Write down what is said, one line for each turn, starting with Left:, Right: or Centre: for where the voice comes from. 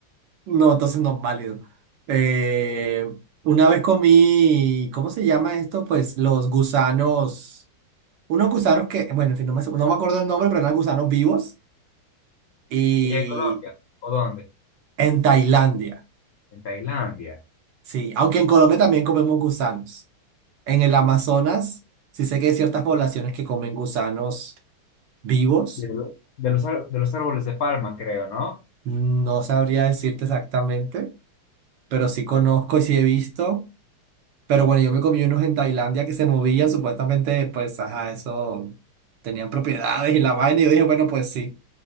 Right: No, entonces no es válido. Eh, una vez comí, ¿cómo se llama esto? Pues los gusanos, unos gusanos que, bueno, en fin, no me, no me acuerdo el nombre, pero eran gusanos vivos y
Left: ¿Y en Colombia? ¿O dónde?
Right: en Tailandia,
Left: En Tailandia.
Right: sí, aunque en Colombia también comemos gusanos. En el Amazonas, sí sé que hay ciertas poblaciones que comen gusanos vivos.
Left: de, lo- de los, ar- de los árboles de palma, creo, ¿no?
Right: No sabría decirte exactamente, pero sí conozco y sí he visto. Pero bueno, yo me comí unos en Tailandia que se movían, supuestamente, pues, ajá, eso tenían propiedades y la vaina. Y yo dije, bueno, pues sí,